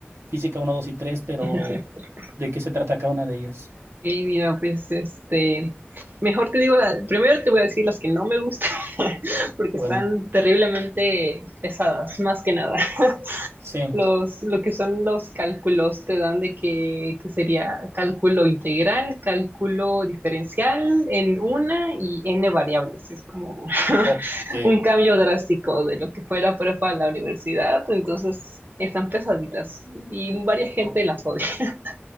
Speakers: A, on the right; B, on the right.
A: física uno, 2 y 3, pero
B: <laughs>
A: ¿de qué se trata cada una de ellas?
B: Ok, mira, pues este, mejor te digo, la, primero te voy a decir las que no me gustan, <laughs> porque
A: Bueno,
B: están terriblemente pesadas, más que nada. <laughs>
A: sí,
B: Los, lo que son los cálculos te dan de que, que sería cálculo integral, cálculo diferencial en una y n variables. Es como <laughs>
A: ok,
B: un cambio drástico de lo que fue la prepa a la universidad. Entonces están pesaditas y varias gente las odia, <laughs>